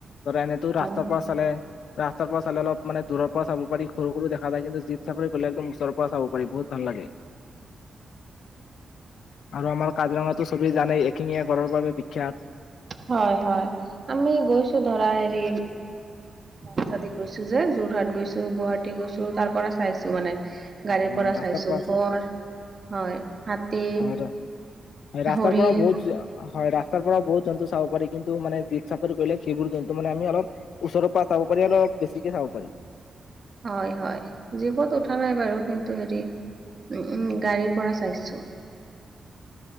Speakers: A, on the left; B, on the right.
A: এনেকুৱা ৰাস্তাৰ
B: অ'
A: পৰা চালে, ৰাস্তাৰ পৰা চালে অলপ মানে দূৰৰ পৰা চাব পাৰি, সৰু সৰু দেখা যায়। কিন্তু জীপ ছাফাৰী কৰিলে একদম ওচৰৰ পৰা চাব পাৰি, বহুত ভাল লাগে। আৰু আমাৰ কাজিৰঙাতো চবেই জানেই, একশিঙীয়া গঁড়ৰ বাবে বিখ্যাত।
B: হয়, হয়, আমি গৈছোঁ ধৰা হেৰি <unintelligible> গৈছো যে, যোৰহাট গৈছো, গুৱাহাটী টি গৈছো, তাৰ পৰা চাইছো মানে। গাড়ীৰ
A: অ
B: পৰা
A: ৰাস্তাৰ
B: চাইছোঁ
A: চা-
B: গড় হয়, হাতী,
A: হয় হয় ৰাস্তাৰ
B: হৰিণ।
A: পৰা বহুত জ- হয় ৰাস্তাৰ পৰা বহুত জন্তু চাব পাৰি। কিন্তু মানে জীপ ছাফাৰী কৰিলে সেইবোৰ জন্তু মানে আমি অলপ ওচৰৰ পৰা চাব পাৰি আৰু অলপ বেছিকৈ চাব পাৰি।
B: হয়, হয়, জীপত উঠা নাই বাৰু কিন্তু হেৰি, উ গাড়ীৰ পৰা চাইছোঁ।